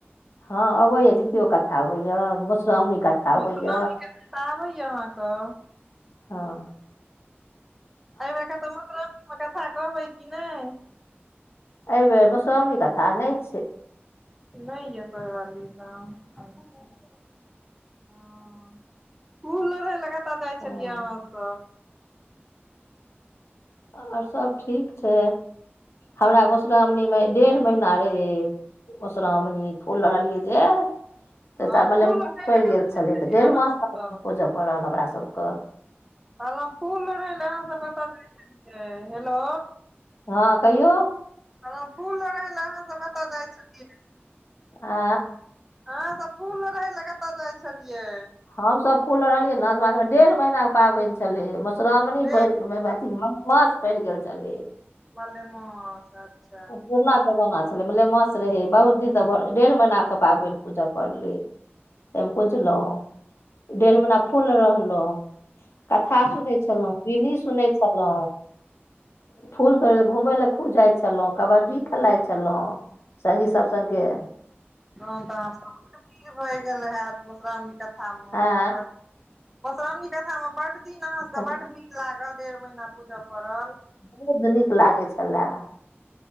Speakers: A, on the left (about 75°); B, in the centre.
A: ह अबेया जितियो कथा अबेया, मधुश्रावणी कथा
B: मे
A: अबैया
B: नीक तऽ आबैया अहाँकेँ
A: ह
B: एहि बेर कऽ तऽ मौश्रामणी मे कथा कहबै कि नहि
A: एहि बेर मधुश्रावणी कथा नहि छै
B: नहि या कोइ वाली त हा फूल लोड़ी जाइ
A: हँ
B: छलियै अहाँ सभ
A: आओर सभ ठीक छै। हमरा मधुश्रावणीमे डेढ़ महीना रहै मधुश्रावणी फुल लोड़ी जे तऽहिसँ
B: हँ
A: मलेमास
B: फूल लोढ़य लए
A: पड़ि
B: कतऽ
A: गेल छलै
B: जाइ छलियै
A: तऽ डेढ़
B: अहाँ सब
A: मास त पूजय पड़ल हमराासभ केँ
B: कहलहुँ फूल लोडी लऽ अहाँ सभ कतय जा छलिये हेलो
A: हँ कहियो।
B: ह फूल लोड़ि लए अहाँ सभ कतय जाइ छलिये
A: अ
B: अहाँ सभ फूल न रहै लए कतऽ जाइ छलियै
A: हम सभ फूल रहलियै न हमा सभ के डेढ़ महीनाके पाबनि छलै। मुश्रावणी
B: बे
A: अथ मास पड़ि गेल छलै।
B: मलेमास अच्छा।
A: पुरना जमाना छले मलेमास रहै बहुत दिन तऽर डेढ़ महीनााक के पाबनि पूजा पढ़लि।
B: हँ
A: एब बुझलों डेढ़ महिना फूल रहलो
B: हँ
A: कथा सुनै छलो बिनी सुन छलो फूल त घूमय लए खू जाइ छलहुं कबड्डी खेलााय छलहुं सङ्गी सभ संगे
B: रन तऽ अहाँ क भए गेल हैत मधुश्रावणी कथा में
A: आँय
B: बड़ मधुश्रावणी कथा मे बड दिन अहाँ सभके
A: तऽ
B: बड्ड भीड़ लागल डेढ़ महीना पूजय पड़ल
A: बहुत नीक लागै छले।